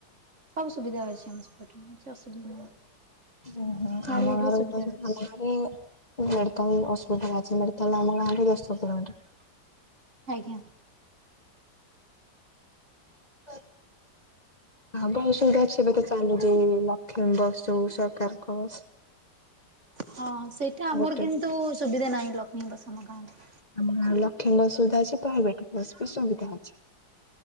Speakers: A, on the right; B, on the left.
A: ସବୁ ସୁବିଧା ଅଛି ଆମର ସେପଟେ, କିଛି ଅସୁବିଧା
B: ହୁଁ ହୁଁ,
A: ଗାଡି
B: ଆମ
A: ଘୋଡାର
B: ଗାଁରେ
A: ସୁବିଧା ଅଛି।
B: ମେଡିକାଲ ଅସୁବିଧା ଅଛି। ସିମେଣ୍ଟ ତାଲା ଆମ ଗାଁ ଠୁ ଦଶକିଲୋମିଟର।
A: ଆଜ୍ଞା।
B: <unintelligible> ହଁ ବହୁ ସୁବିଧା ଅଛି, ଏବେ ତ ଚାଲୁଛି ଲକ୍ଷ୍ମୀ ବସ ଯଉ ସରକାରଙ୍କସ୍
A: ହଁ ସେଇଟା ଆମର
B: ଗୋଟେ
A: କିନ୍ତୁ ସୁବିଧା ନାହିଁ, ଲକ୍ଷ୍ମୀ ବସ ଆମ ଗାଁ କୁ।
B: ଆମ ଗାଁ ରେ ଲକ୍ଷୀ ବସ୍ ସୁବିଧା ଅଛି ପ୍ରାଇଭେଟ ବସ୍ ବି ସୁବିଧା ଅଛି।